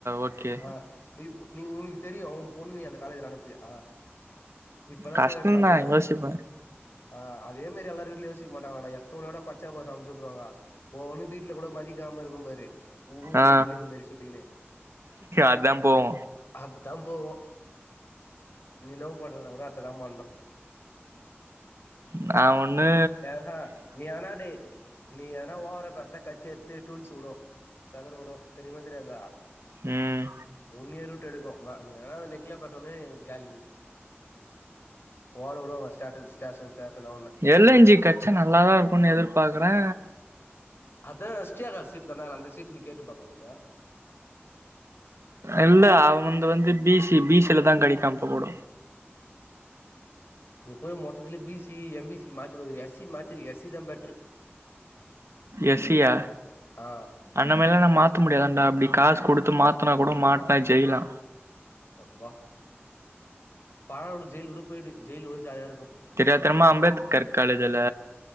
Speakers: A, on the right (about 80°); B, on the left (about 60°).
A: ஓகே
B: ஆ இப் நீ உனக்கு தெரியு உம் பொண்ணு நீ அந்த காலேஜுல அனுப்புவியா இப்பதா
A: கஷ்டந்தா
B: கோயட்டு மாத்திகிறாங்கோ
A: யோசிப்பே
B: ஆ அதே மாரி எல்லார் எந்த வீட்ல யோசிக்க மாட்டாங்களாடா எட்த்தவனையோட பச்சாப்பாஸ் அம்ச்சுவுட்ருவாங்க ஓ ஒன்னு வீட்ல கூட மதிக்காம இருக்கும் பாரு ஊர்ல
A: ஆ
B: புள்ளிங்கோ மாறி சுத்திக்கினு
A: அதா போவு
B: அத்தா போவு நிலவு பண்றதுனா கூட அத்ததா பண்ணு
A: நா ஒன்னு
B: ஏ ஹா நீ ஆனா டே நீ எதுனா ஓவரா பேசுனா கத்தி எட்த்து டூல்ஸ் உடு செதர உடு தெரியுமா தெரியாதா
A: ம்
B: உன்னியே ரூட் எடுக்கு மா நீ வேன்னா நெட்ல பேசாமலயே காலி நீ ஓட வுடுவங்க ஸ்டேட்ஸ் ஸ்டேஷன் ஸ்டேஷனா உன்ன
A: எல்எஞ்ஜி கெட்சா நல்லாதா இருக்குன்னு எதிர்பாக்குறோ
B: அதா <unintelligible> சீட்டு தந்தா நா அந்த சீட்டு நீ கேட்டுப் பாக்க வேண்டியதா
A: இல்ல அவன்ந்து வந்து பி சி பி சிலதா கெடைக்கு அப்பக்கூட
B: நீ போய் மொத்துல B C M B C மாத்தினு வந்துருயா எஸ் மாத்திருக்கியா எஸ் சிதா பெட்ரு
A: எஸ் சியா
B: ஆ
A: அந்த மாரிலா நா மாத்த முடியாதான்டா அப்டி காசு குடுத்து மாத்துனா கூட மாட்னா ஜெயிலா
B: ஹப்பா பரவால்ல விடு ஜெயில்கூட போய்டு ஜெயில்ல குட ஜாலியா இருக்கு
A: தெரியாதனமா அம்பேத்கர் காலேஜ்ல